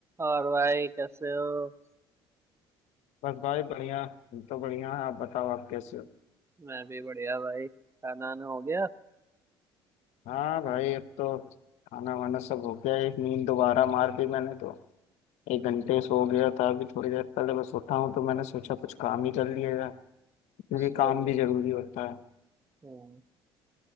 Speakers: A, on the right; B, on the left.
A: और भाई कैसे हो
B: बस भाई बढ़िया हम तो बढ़िया है आप बताओ आप कैसे हो
A: मैं भी बढ़िया भाई खाना वाना हो गया
B: हाँ भाई अब तो खाना वाना सब हो गया एक नींद दोबारा मार दी मैंने तो एक घंटे सो गया था अभी थोड़ी देर पहले बस उठा हूँ तो मैंने सोचा कुछ काम ही कर लिया जाए क्योंकि
A: सही
B: काम भी
A: है
B: जरूरी होता है
A: हम्म।